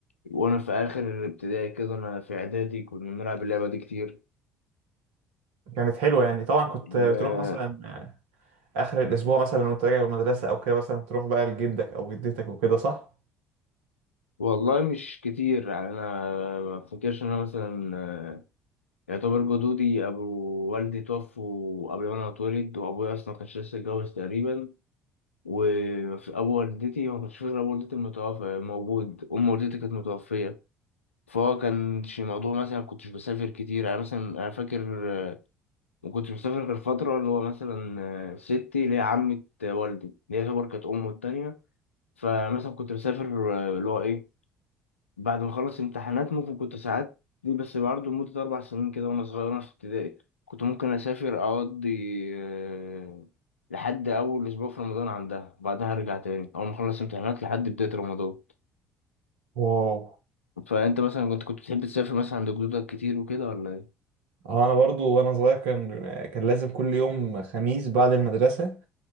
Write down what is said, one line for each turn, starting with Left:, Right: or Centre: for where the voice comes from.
Left: وانا في اخر ابتدائي كده انا في اعدادي كنا بنلعب اللعبه دي كتير
Right: كانت حلوه يعني طبعا كنت
Left: ما
Right: بتروح مثلا اخر الاسبوع مثلا وانت راجع من المدرسه او كده مثلا تروح بقى لجدك او جدتك وكده صح
Left: والله مش كتير يعني انا ما افتكرش ان انا مثلا يعتبر جدودي أبو والدي توفوا قبل ما أنا أتولد وأبويا أصلا ما كانش لسه اتجوز تقريبا وأبو والدتي ما كانش فيه غير أبو والدتي المتوفى موجود أم والدتي كانت متوفية فهو كانش موضوع مثلا كنتش بسافر كتير يعني مثلا أنا فاكر آه، ما كنتش بسافر غير فترة اللي هو مثلا آه، ستي اللي هي عمة والدي اللي هي يعتبر كانت أمه التانية فمثلا كنت بسافر آه، اللي هو إيه بعد ما خلصت امتحانات ممكن كنت ساعات دي بس برضه لمدة أربع سنين كده وأنا صغير وأنا في ابتدائي كنت ممكن أسافر أقضي آه، لحد أول أسبوع في رمضان عندها بعدها أرجع تاني أول ما أخلص امتحانات لحد بداية رمضان
Right: واو
Left: فأنت مثلا كنت كنت بتحب تسافر مثلا عند جدودك كتير وكده ولا إيه؟
Right: آه، انا برضو وانا صغير كان كان لازم كل يوم خميس بعد المدرسه